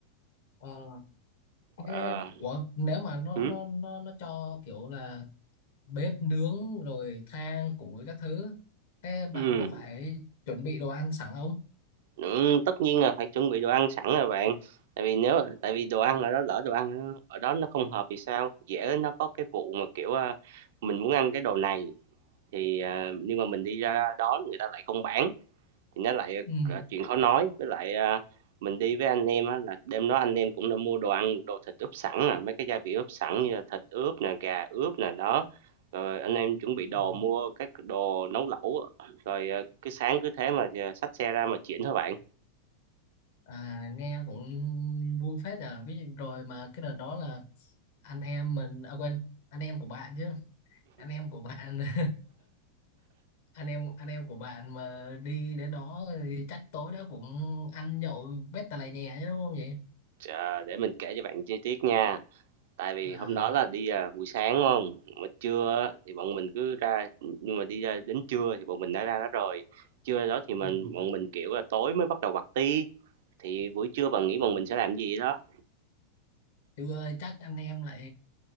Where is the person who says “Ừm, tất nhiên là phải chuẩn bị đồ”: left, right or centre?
Right